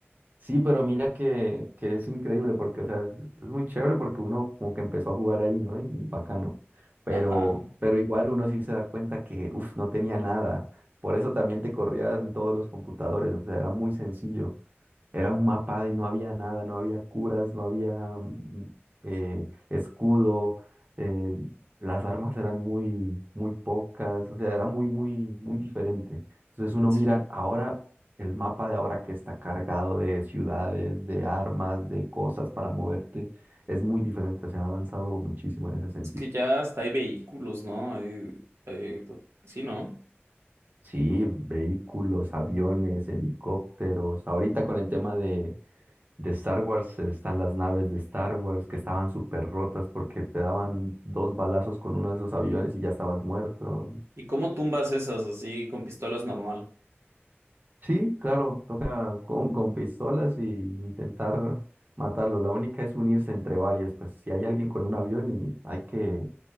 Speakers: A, on the right (about 45°); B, on the right (about 85°).
A: Sí, pero mira que, que es increíble porque, o sea, es, es muy chévere porque uno como que empezó a jugar ahí, ¿no? Y bacano. Pero,
B: Ajá,
A: pero igual uno sí se da cuenta que, uff, no tenía nada. Por eso también te corrían todos los computadores, o sea, era muy sencillo. Era un mapa y no había nada, no había curas, no había mm, eh, escudo, eh, las armas eran muy, muy pocas, o sea, era muy, muy, muy diferente. Entonces uno
B: sí.
A: mira ahora el mapa de ahora que está cargado de ciudades, de armas, de cosas para moverte, es muy diferente, se ha avanzado muchísimo en ese sentido.
B: Es que ya hasta hay vehículos, ¿no? Hay, hay- Sí, ¿no?
A: Sí, vehículos, aviones, helicópteros, ahorita con el tema de de Star Wars eh, están las naves de Star Wars que estaban súper rotas porque te daban dos balazos con uno de esos aviones y ya estabas muerto.
B: ¿Y cómo tumbas esas así con pistolas normal?
A: Sí, claro, toca con, con pistolas y intentar matarlo. La única es unirse entre varios, pues si hay alguien con un avión y hay que